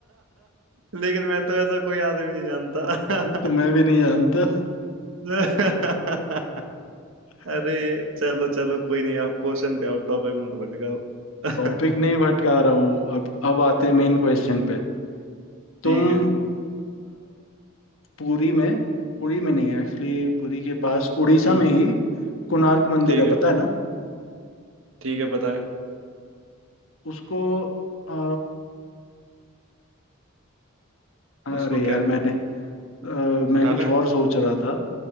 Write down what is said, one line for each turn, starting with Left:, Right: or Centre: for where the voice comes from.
Right: लेकिन मैं तो ऐसा कोई आदमी नहीं जानता
Left: तो मैं भी नहीं जानता
Right: <laughs>
Left: <laughs>
Right: अरे ये चलो चलो कोई नहीं आप क्वेश्चन पे आओ टॉपिक मत भटकाओ <laughs>
Left: टॉपिक नहीं भटका रहा हूँ अब अब आते हैं मेन क्वेश्चन पे तुम
Right: ठीक है
Left: अ, पुरी में पुरी में नहीं एक्चुअली पुरी के पास उड़ीसा
Right: हम्म
Left: में ही कोणार्क मंदिर
Right: ठीक
Left: है
Right: है
Left: पता है
Right: ठीक है पता है
Left: उसको अ, अरे
Right: उसको
Left: यार
Right: क्या
Left: मैंने अ, मैं
Right: उठा
Left: कुछ
Right: लें
Left: और सोच रहा था